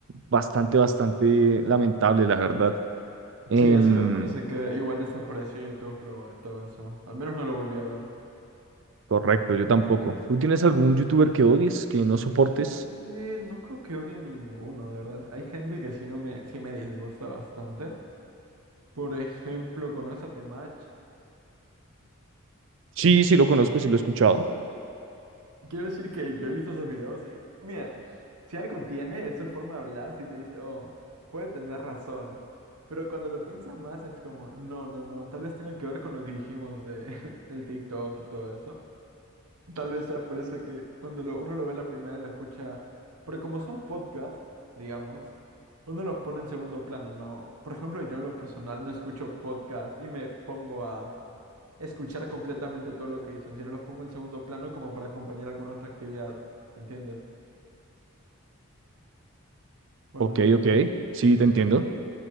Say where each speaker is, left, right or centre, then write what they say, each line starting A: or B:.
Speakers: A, on the right; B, on the right.
A: Bastante, bastante lamentable, la verdad. Em,
B: Sí, ese me parece que igual desapareció YouTube luego de todo eso. Al menos no lo volví a ver.
A: correcto, yo tampoco. ¿Tú tienes algún youtuber que odies, que no soportes?
B: Eh, no creo que odie ninguno, de verdad. Hay gente que sí no me, sí me disgusta bastante. Por ejemplo, ¿conoces a Temach?
A: Sí, sí, lo conozco, sí lo he escuchado.
B: Quiero decir que yo he visto sus videos y, mira, si algo tiene, es su forma de hablar, si te dice, oh, puede tener razón. Pero cuando lo piensas más es como, no, no, no, tal vez tenga que ver con lo que dijimos de <laughs> el TikTok y todo eso. Tal vez sea por eso que cuando lo- uno lo ve la primera y lo escucha, porque como son podcasts, digamos, uno los pone en segundo plano, ¿no? Por ejemplo, yo en lo personal no escucho podcasts y me pongo a escuchar completamente todo lo que dicen, sino los pongo en segundo plano como para acompañar alguna otra actividad, ¿entiendes? Bueno,
A: Ok, ok. Sí, te entiendo.